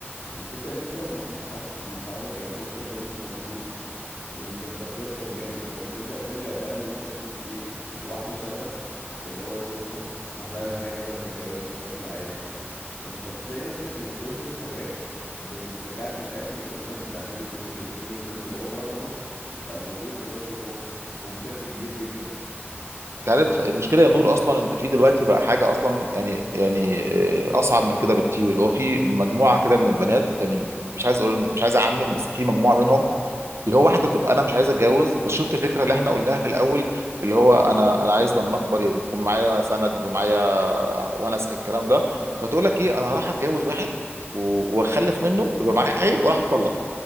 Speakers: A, on the left; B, on the right.
A: الفكرة ان انت لو مفيش حد مساعدك يعني الاوبشن ده مش موجود انت انت بتخسر جامد فاهم تبدأ تلجأ بقى ان انت تشوف ايه واحدة شبهك اللي هو ظروفها مش هتسمح لها ان هي مثلا تتجوز بالشكل العادي فاهم فبتلاقي نفسك ان كل الحاجات ب- بترجعك للاخر الاوبشن بتاع البوي فريند والجيرل فريند اللي هو بره مصر بقى موجود دلوقتي جوه مصر وبشكل كبير جدا
B: انت عارف المشكله يا نور اصلا انت في دلوقتي بقى حاجه اصلا يعني يعني آه، اصعب من كده بكتير اللي هو في مجموعه كده من البنات يعني مش عايز اقول مش عايز اعمم بس في مجموعه منهم اللي هو واحده بتبقى انا مش عايز اتجوز بس شفت الفكره اللي احنا قلناها في الاول اللي هو انا انا عايز لما اكبر يكون معايا سند يبقى معايا ونس الكلام ده فتقول لك ايه انا هروح اتجوز واحد و- واخلف منه يبقى معايا عيل واروح اتطلق